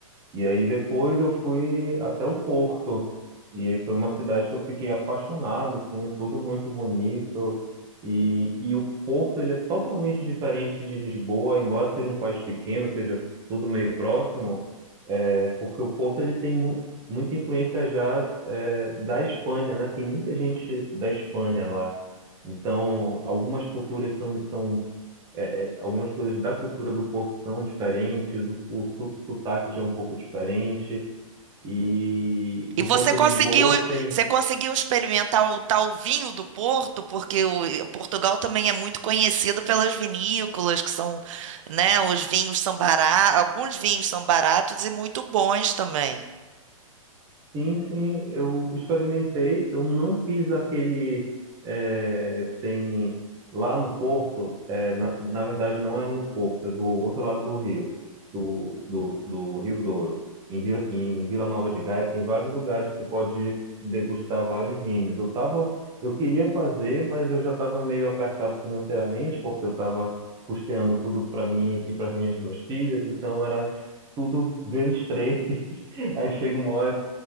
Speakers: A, on the right (about 20°); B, on the right (about 60°).
A: E aí depois eu fui até o Porto. E aí foi uma cidade que eu fiquei apaixonado, assim, é tudo muito bonito. E, e o Porto, ele é totalmente diferente de Lisboa, embora seja um país pequeno, seja tudo meio próximo. É, porque o Porto ele tem mu muita influência já é, da Espanha, né? Tem muita gente da Espanha lá. Então, algumas culturas são, são é, é, algumas coisas da cultura do Porto são diferentes, o, o, su- o sotaque já é um pouco diferente. E enquanto
B: E você conseguiu,
A: Lisboa tem
B: você conseguiu experimentar o tal vinho do Porto, porque o, e Portugal também é muito conhecido pelas vinícolas, que são, né, os vinhos são baratos, alguns vinhos são baratos e muito bons também.
A: Sim, sim, eu experimentei. Eu não fiz aquele. é, tem lá no Porto, é, na, na verdade não é no Porto, é do outro lado do rio, do, do, do Rio Douro. Em, Vi- em Vila Nova de Gaia tem vários lugares que tu pode degustar vários vinhos. Eu tava, eu queria fazer, mas eu já estava meio apertado financeiramente, porque eu estava custeando tudo para mim e para minhas duas filhas, então era tudo vezes três. <laughs> Aí chega uma hora